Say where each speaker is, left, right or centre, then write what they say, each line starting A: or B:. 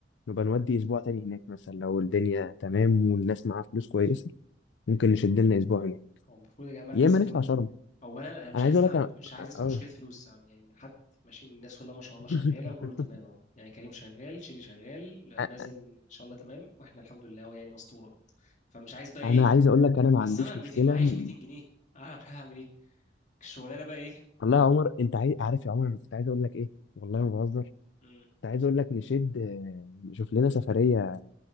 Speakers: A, on the left (about 80°); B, on the left (about 40°).
A: نبقى نودي أسبوع تاني هناك مثلا لو الدنيا تمام والناس معاها فلوس كويسة ممكن نشد لنا أسبوع هناك
B: هو المفروض يا جماعه
A: يا
B: الناس
A: إما نطلع شرم
B: اولا انا مش
A: أنا عايز
B: عايز
A: أقول
B: اسمع
A: لك أنا
B: مش عايز
A: اه
B: اسمع مشكله فلوس يعني من حد ماشي من الناس والله ما شاء الله شغاله
A: <laughs>
B: وكله تمام اهو يعني كريم شغال شيري شغال
A: أ-
B: مازن ان شاء الله تمام واحنا الحمد لله هو يعني مسطوره فمش عايز بقى
A: أنا
B: ايه
A: عايز أقول لك أنا ما
B: اصل
A: عنديش
B: انا 200
A: مشكلة
B: معيش
A: إن-
B: 200 جنيه انا مش عارف اعمل ايه الشغلانه بقى ايه
A: والله يا عمر أنت عاي... عارف يا عمر أنا كنت عايز أقول لك إيه والله ما بهزر
B: مم.
A: كنت عايز أقول لك نشد آه، نشوف لنا سفرية